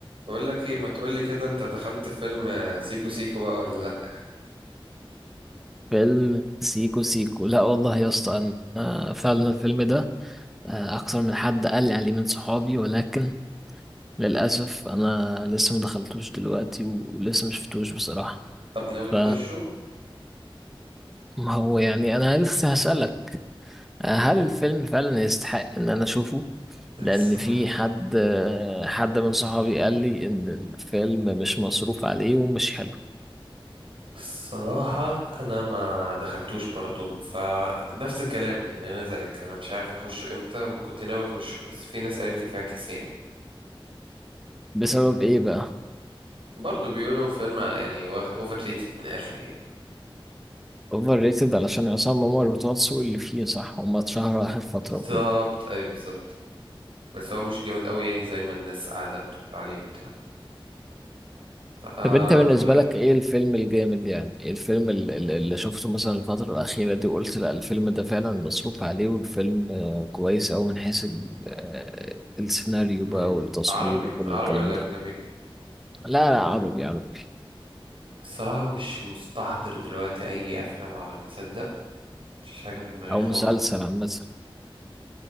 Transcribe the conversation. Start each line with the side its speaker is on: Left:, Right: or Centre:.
Right: بقول لك ايه ما تقولي كده انت دخلت في فيلم آه، سيكو سيكو بقى ولا لا
Centre: فيلم سيكو سيكو لا والله يا اسطى انا فعلا الفيلم ده آه، اكتر من حد قال لي عليه من صحابي ولكن للاسف انا لسه ما دخلتوش دلوقتي و- ولسه ما شفتوش بصراحه
Right: طب ناوي
Centre: ف
Right: تخشه
Centre: ما هو يعني انا لسه هسالك آه، هل الفيلم فعلا يستحق ان انا اشوفه
Right: <laughs>
Centre: لان
Right: الصراحة
Centre: في حد آه، حد من صحابي قال لي ان الفيلم مش مصروف عليه ومش حلو
Right: الصراحة أنا ما دخلتوش برضو فنفس الكلام يعني أنا زيك أنا مش عارف أخشه إمتى وكنت ناوي أخشه بس في ناس قالت لي فاكس يعني
Centre: بسبب ايه بقى
Right: برضو بيقولوا فيلم يعني أوفر ريتد من الآخر يعني
Centre: اوفر ريتد علشان عصام عمر بتوع السوق اللي فيه صح هما اتشهروا اخر فتره
Right: بالظبط
Centre: وكده
Right: أيوه بالظبط بس هو مش جامد أوي يعني زي ما الناس قاعدة بتقول عليه وبتاع فمش
Centre: طب انت بالنسبه
Right: عارف
Centre: لك ايه الفيلم الجامد يعني ايه الفيلم ال- ال- اللي شفته مثلا الفتره الاخيره دي وقلت لا الفيلم ده فعلا مصروف عليه والفيلم آه، كويس أوي من حيث ال- آه، السيناريو
Right: مم.
Centre: بقى والتصوير
Right: عربي
Centre: وكل
Right: عربي
Centre: الكلام
Right: ولا
Centre: ده
Right: أجنبي
Centre: لا لا عربي عربي
Right: الصراحة مش مستحضر دلوقتي أي أفلام عربي تصدق مفيش حاجة في دماغي
Centre: او
Right: خالص
Centre: مسلسل عامه